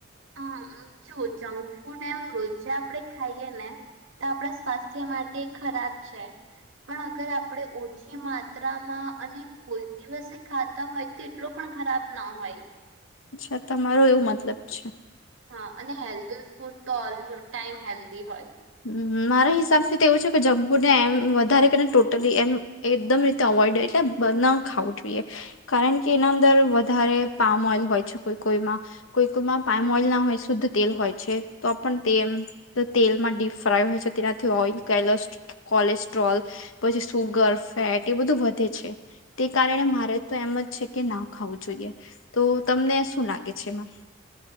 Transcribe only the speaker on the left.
અચ્છા તમારું એવું મતલબ છે.
હમ્મ હમ, મારા હિસાબથી તો એવું છે કે જંક ફૂડ ને એમ વધારે કરીને ટોટલી એમ એકદમ રીતે અવોઇડ એટલે બનાવું નેખાવું જોઈએ. કારણ કે એના અંદર વધારે પામન હોય છે કોઈ કોઈમાં કોઈ કોઈમાં પામન ઓઈલ ના હોય શુદ્ધ તેલ હોય છે, તો પણ તે એમ તેલમાં દિપ ફ્રાય હોય છે તેનાથી ઓઈલ કેલોસ્ટ કોલેસ્ટ્રોલ, પછી સુગર, ફેટ એ બધું વધે છે. તે કારણે મારે તો એમ જ છે કે ના ખાવું જોઈએ, તો તમને શું લાગે છે એમાં.